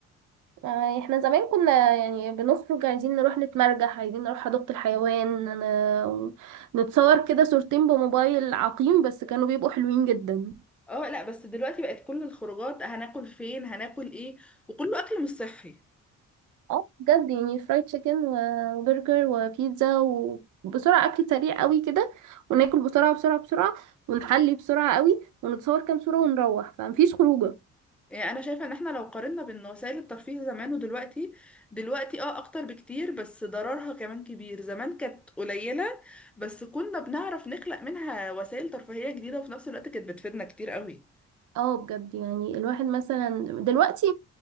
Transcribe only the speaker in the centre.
اه لا بس دلوقتي بقت كل الخروجات هناكل فين هناكل ايه وكله اكل مش صحي
يعني انا شايفه ان احنا لو قارنا بين وسائل الترفيه زمان ودلوقتي دلوقتي اه اكتر بكتير بس ضررها كمان كبير زمان كانت قليله بس كنا بنعرف نخلق منها وسائل ترفيهيه جديده وفي نفس الوقت كانت بتفيدنا كتير قوي